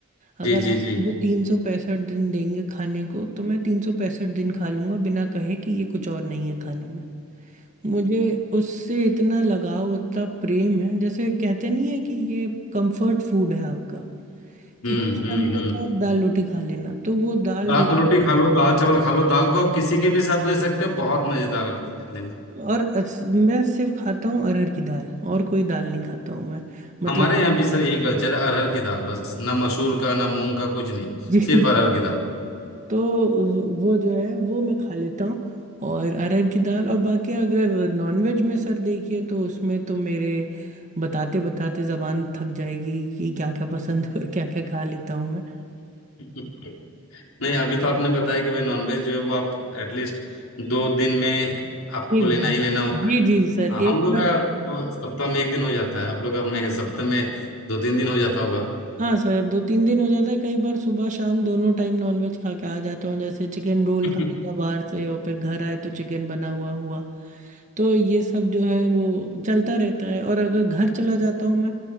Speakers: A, on the right (about 35°); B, on the left (about 75°).
A: अगर
B: जी जी
A: आप
B: जी
A: मुझे तीन सौ पैंसठ दिन देंगे खाने को तो मैं तीन सौ पैंसठ दिन खा लूँगा बिना कहे कि ये कुछ और नहीं है खाने में मुझे उससे इतना लगाव इतना प्रेम है जैसे कहते नहीं है कि ये कंफर्ट फूड है आपका
B: हम्म
A: कि कुछ
B: हम्म
A: ना मिले
B: हम्म
A: तो आप दाल रोटी खा लेना तो वो दाल
B: दाल
A: रोटी
B: रोटी खा लो दाल चावल खा लो दाल को आप किसी के भी साथ ले सकते हो बहुत मजेदार लगता है खाने में
A: और अस, मैं सिर्फ खाता हूँ अरहर की दाल और कोई दाल नहीं खाता हूँ मैं मतलब
B: हमारे यहाँ भी सर ये कल्चर है अरहर की दाल बस ना मसूर का ना मूंग का कुछ नहीं
A: <laughs> जी
B: सिर्फ अरहर की दाल
A: तो वो वो जो है वो मैं खा लेता हूँ और अरहर की दाल और बाकी अगर नॉनवेज में सर देखिए तो उसमें तो मेरे बताते बताते जबान थक जाएगी कि क्या क्या पसंद है और क्या क्या खा लेता हूँ मैं
B: <laughs> नहीं अभी तो आपने बताया कि भाई नॉनवेज जो है वो आप एटलीस्ट दो दिन में आपको
A: एक
B: लेना
A: बार
B: ही लेना होता
A: जी
B: है
A: जी सर
B: हाँ हम
A: एक
B: लोग
A: बार
B: का तो सप्ताह में एक दिन हो जाता है आप लोग का में सप्ताह में दो तीन दिन हो जाता होगा
A: हाँ सर दो तीन दिन हो जाता है कई बार सुबह शाम दोनों टाइम नॉनवेज खा के आ जाता हूँ जैसे चिकन रोल
B: <laughs> हम्म
A: खा लिया बाहर से और फिर घर आए तो चिकन बना हुआ हुआ तो ये सब जो है वो चलता रहता है और अगर घर चला जाता हूँ मैं